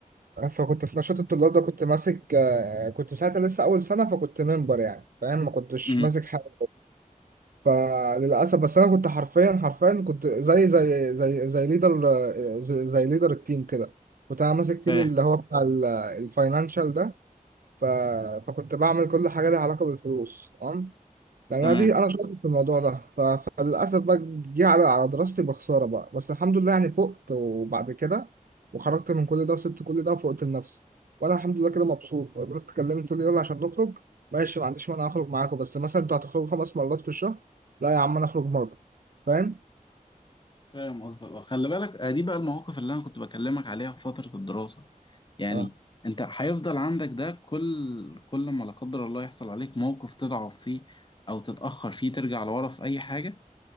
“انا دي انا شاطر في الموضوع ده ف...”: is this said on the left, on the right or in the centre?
Right